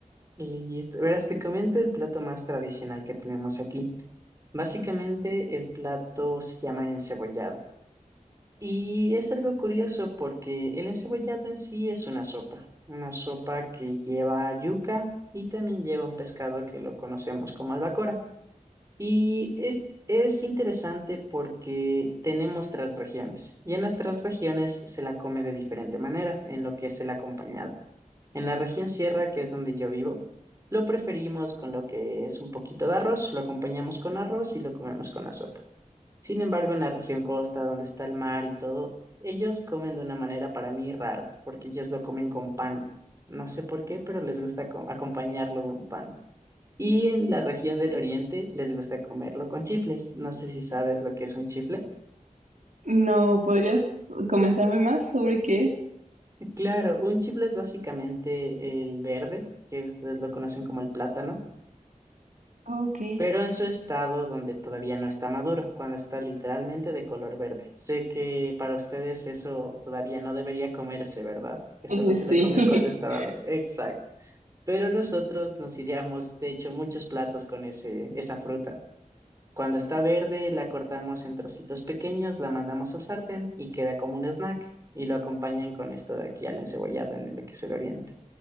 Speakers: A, on the right; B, on the right.
A: Listo. Verás, te comento el plato más tradicional que tenemos aquí. Básicamente, el plato se llama encebollado. Y es algo curioso porque el encebollado en sí es una sopa. Una sopa que lleva yuca y también lleva un pescado que lo conocemos como albacora. Y es, es interesante porque tenemos tres regiones y en las tres regiones se la come de diferente manera en lo que es el acompañado. En la región sierra, que es donde yo vivo, lo preferimos con lo que es un poquito de arroz, lo acompañamos con arroz y lo comemos con la sopa. Sin embargo, en la región costa, donde está el mar y todo, ellos comen de una manera para mí rara, porque ellos lo comen con pan. No sé por qué, pero les gusta co- acompañarlo con pan. Y en la región del Oriente les gusta comerlo con chifles. No sé si sabes lo que es un chifle.
B: No, ¿podrías comentarme más sobre qué es?
A: Claro, un chifle es básicamente el verde, que ustedes lo conocen como el plátano,
B: Ah, Ok,
A: pero en su estado donde todavía no está maduro, cuando está literalmente de color verde. Sé que para ustedes eso todavía no debería comerse, ¿verdad? Que solo
B: <laughs>
A: se
B: sí.
A: lo come
B: <laughs>
A: cuando está maduro. Exacto. Pero nosotros nos ideamos, de hecho, muchos platos con ese, esa fruta. Cuando está verde, la cortamos en trocitos pequeños, la mandamos al sartén y queda como un snack. Y lo acompañan con esto de aquí al encebollado en el que se le oriente.